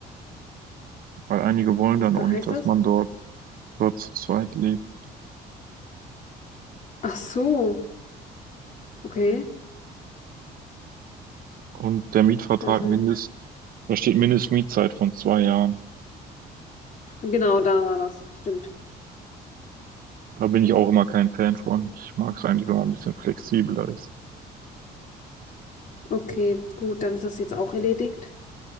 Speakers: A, on the right; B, on the left.
A: Weil einige wollen
B: was
A: dann
B: da
A: auch nicht,
B: heißt
A: dass
B: das?
A: man dort, dort zu zweit lebt.
B: Ach so, okay,
A: Und der Mietvertrag
B: das habe
A: mindest,
B: ich mir.
A: da steht Mindestmietzeit von zwei Jahren.
B: Genau, da war das, stimmt.
A: Da bin ich auch immer kein Fan von. Ich mag es eigentlich, wenn man ein bisschen flexibler ist.
B: Okay, gut, dann ist das jetzt auch erledigt.